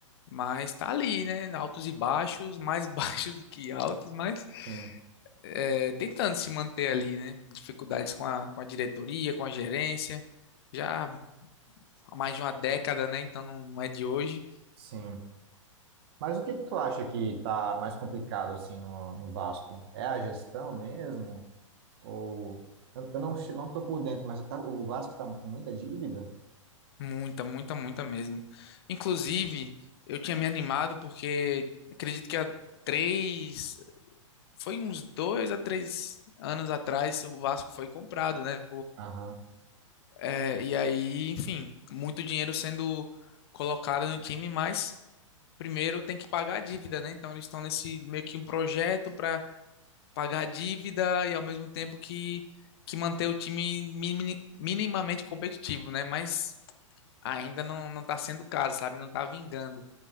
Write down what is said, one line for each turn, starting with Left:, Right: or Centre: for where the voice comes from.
Left: mas tá ali, né? Altos e baixos, mais <laughs> baixos do que altos, mas
Right: Sim,
Left: é, tentando se manter ali, né? Dificuldades com a, com a diretoria, com a gerência, já há mais de uma década, né? Então não não é de hoje.
Right: sim. Mas o que que tu acha que tá mais complicado assim no, no Vasco? É a gestão mesmo? Ou eu, eu não che- não tô por dentro, mas tá- o Vasco tá com muita dívida?
Left: Muita, muita, muita mesmo. Inclusive, eu tinha me animado porque acredito que há três, foi uns dois a três anos atrás, o Vasco foi comprado, né?
Right: Aham.
Left: É, e aí, enfim, muito dinheiro sendo colocado no time, mas primeiro tem que pagar a dívida, né? Então eles estão nesse meio que um projeto para pagar a dívida e ao mesmo tempo que, que manter o time mini- minimamente competitivo, né? Mas ainda não, não tá sendo o caso, sabe? Não tá vingando.